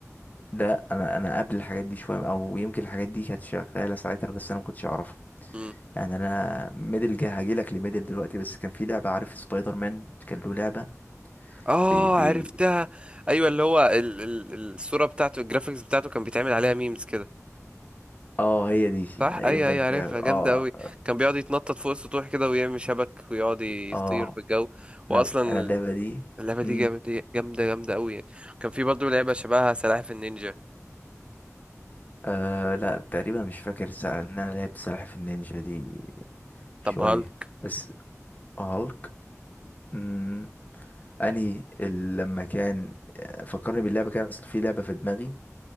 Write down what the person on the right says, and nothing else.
مم.
اه
عرفتها ايوه اللي هو ال... ال... الصوره بتاعته الجرافيكس بتاعته كان بيتعمل عليها ميمز كده
صح
اي اي
عارفها
جامده
قوي كان بيقعد يتنطط فوق السطوح كده ويعمل شبك ويقعد يطير
في الجو
واصلا
اللعبه دي
جامده جامده جامده قوي يعني كان في برضه لعبه شبهها سلاحف النينجا
طب هالك